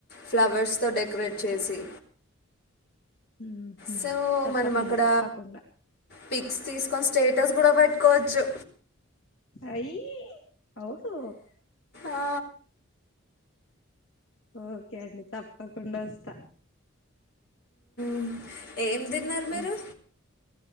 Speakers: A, on the left; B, on the left.
A: ఫ్లవర్స్తో డెకరేట్ చేసి
B: మ్మ్హ్మ్.
A: సో
B: తప్పకుండా
A: మనం అక్కడ
B: తప్పకుండా
A: పిక్స్ తీస్కొని స్టేటస్ కూడా పెట్ కకోవచ్చు.
B: ఏయ్ అవుహో
A: ఆ!
B: ఓకే అండి తప్పకుండ వస్త.
A: మ్ ఏం తిన్నారు మీరు
B: ఇ-